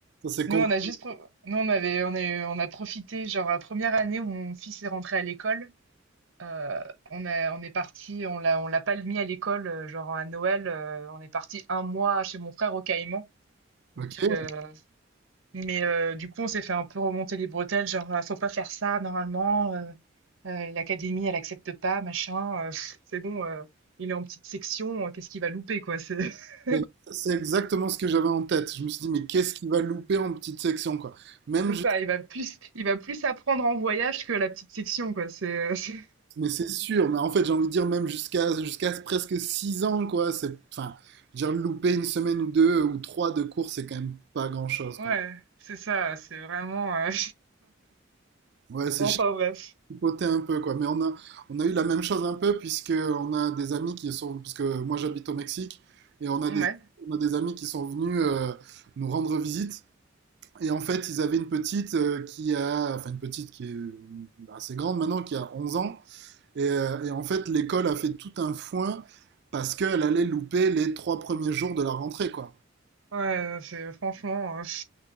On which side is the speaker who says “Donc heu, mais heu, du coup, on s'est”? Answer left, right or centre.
Right